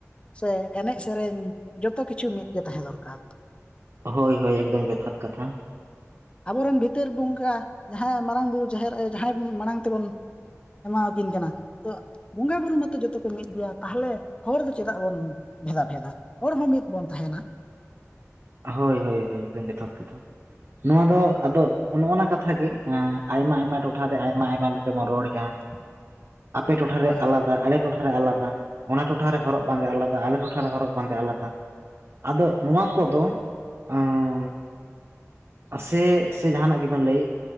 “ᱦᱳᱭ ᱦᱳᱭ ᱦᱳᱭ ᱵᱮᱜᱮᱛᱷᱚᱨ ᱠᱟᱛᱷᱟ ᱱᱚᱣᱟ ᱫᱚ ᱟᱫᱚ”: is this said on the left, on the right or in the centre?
Right